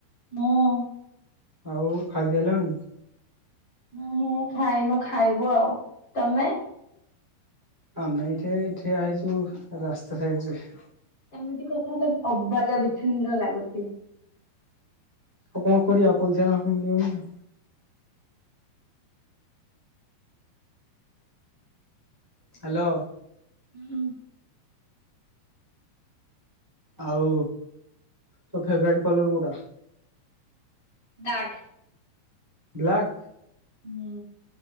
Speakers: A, on the left; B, in the centre.
A: ମୁଁ।
B: ଆଉ ଖାଇସାଇଲଣି।
A: ନା ମୁଁ ଖାଇନୁ ଖାଇବୁ ଆଉ ତମେ।
B: ଆମେ ଏଠି ଠିଆ ହେଇଛୁ ରାସ୍ତା ସାଇଡରେ।
A: ଏମିତି କଥା ହେଲେ ଅବାଗୀଆ ବି୍ଛୁନ୍ଦ୍ର ଲାଗୁଛି।
B: ଆଉ କଣ କରିବା ପଇସା ନହେଲେ ମିଳିବନି। ହ୍ୟାଲୋ।
A: ହୁଁ।
B: ଆଉ ତୋ ଫେବ୍ରାଇଟ୍ କଲର୍ କୋଉଟା।
A: ବ୍ଲାକ୍।
B: ବ୍ଲାକ୍?
A: ହୁଁ।